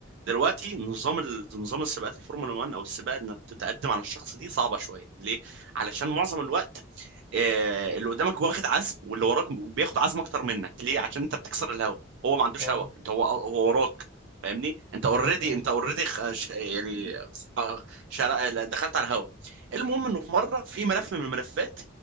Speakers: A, on the right; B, on the right.
A: دلوقتي نظام ال... نظام السباقات الفورمولا 1 او السباق انك تتقدم على الشخص دي صعبه شويه ليه علشان معظم الوقت آه، اللي قدامك واخد عزم واللي وراك بياخد عزم اكتر منك ليه عشان انت بتكسر الهوا هو ما عندوش
B: اه
A: هوا انت هو هو وراك فاهمني انت اوريدي
B: ايوه فاهم
A: انت اوريدي يعني خ- شر- دخلت على الهوا المهم انه في مره في ملف من الملفات